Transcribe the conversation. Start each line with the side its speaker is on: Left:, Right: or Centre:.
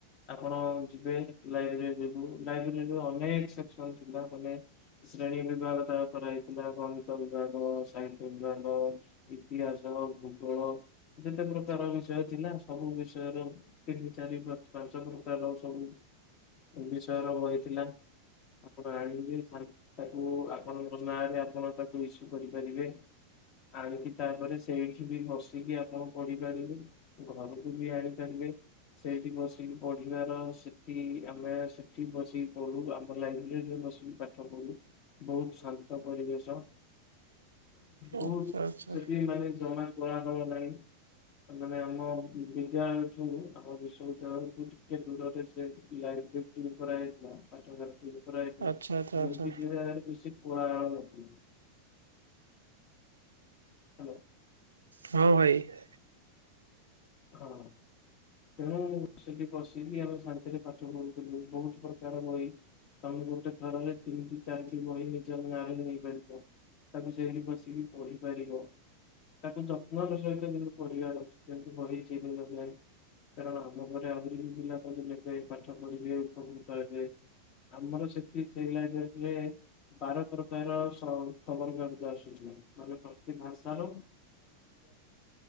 Left: ଆପଣ ଯିବେ ଲାଇବ୍ରେରୀ ଯିବୁ। ଲାଇବ୍ରେରୀରେ ଅନେକ ସେକ୍ସନ ଥିଲା ମାନେ ଶ୍ରେଣୀ ବିଭାଗ ତା ଉପରେ ହେଇଥିଲା। ଗଣିତ ବିଭାଗ, ସାହିତ୍ୟ ବିଭାଗ। ଇତିହାସ, ଭୂଗୋଳ ଯେତେ ପ୍ରକାର ବିଷୟ ଥିଲା ସବୁ ବିଷୟ ରୁ ତିନି, ଚାରି, ପାଞ୍ଚ ପ୍ରକାର ସବୁ। ବିଷୟର ବହିଥିଲା। ଆପଣ ଆଣିବେ <unintelligible> ତାକୁ ଆପଣଙ୍କ ନାଁରେ ଆପଣ ତାକୁ ଇସୁ କରିପାରିବେ। ଆଣିକି ତାପରେ ସେଇଠି ବି ବସିକି ଆପଣ ପଢିପାରିବେ। ଘରୁକୁ ବି ଆଣିପାରିବେ। ସେଇଠି ବସିକି ପଢିବାର ସେଠି ଆମେ ସେଠି ବସିକି ପଢୁ। ଆମ ଲାଇବ୍ରେରୀରେ ବସି। ପାଠ ପଢ଼ୁ। ବହୁତ ଶାନ୍ତ ପରିବେଶ। ବହୁତ
Right: ଆଚ୍ଛା ଆଚ୍ଛା।
Left: ସେଠି ମାନେ ଜମା କୋଳାହଳ ନାହିଁ। ମାନେ ଆମ ବିଦ୍ୟାଳୟଠୁ ଆମ ବିଶୁ ଗାଁ ଠୁ ଟିକେ ଦୂରରେ ସେ ଲାଇବ୍ରେ <unintelligible>
Right: ଆଚ୍ଛା ଆଚ୍ଛା ଆଚ୍ଛା
Left: <inaudible>
Right: ହଁ, ଭାଇ।
Left: <inaudible> ବସିକି ଆମେ ଶାନ୍ତିରେ ପାଠ ପଢୁଥିଲୁ, ବହୁତ୍ ପ୍ରକାର ବଇ। ତମେ ଗୋଟେ ଥରରେ ତିନିଟି ଚାରିଟି ବହି, ନିଜ ନାଁ ରେ ନେଇପାରିବ। ତାକୁ ସେଇଠି ବସିକି ପଢ଼ିପାରିବ, ତାକୁ ଯତ୍ନର ସହିତ କିନ୍ତୁ ପଢ଼ିବାର ଅଛି। <unintelligible> କାରଣ ଆମ ଘରେ ଆହୁରି ବି ପିଲା ବହି ନେବେ, ପାଠ ପଢ଼ିବେ, ଉପ--ତ ହେବେ। ଆମର ସେଠି, ସେଇ ଲାଇନ୍‌ରେ ଲେ। ବାର ପ୍ରକାର ସ ଖବର କାଗଜ ଆସୁଥିଲା, ପ୍ରତି ଭାଷାର